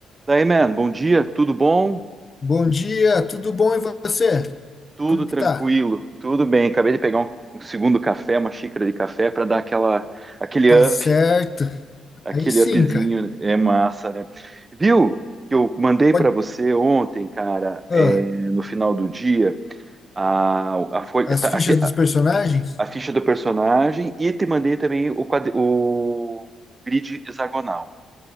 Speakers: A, on the right (about 25°); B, on the left (about 35°).
A: Daí, man, bom dia, tudo bom?
B: Bom dia, tudo bom e você?
A: Tudo
B: Como que
A: tranquilo,
B: tá?
A: tudo bem. Acabei de pegar um, um segundo café, uma xícara de café para dar aquela, aquele
B: Tá
A: up,
B: certo.
A: aquele
B: Aí sim,
A: upzinho,
B: cara.
A: é massa, né? Viu que eu mandei
B: Pode...
A: para você ontem, cara,
B: ah,
A: é, no final do dia, a, a, folha-
B: as
A: tá,
B: fichas
A: aque-
B: dos personagens?
A: a ficha do personagem e te mandei também o, quadri- o grid hexagonal.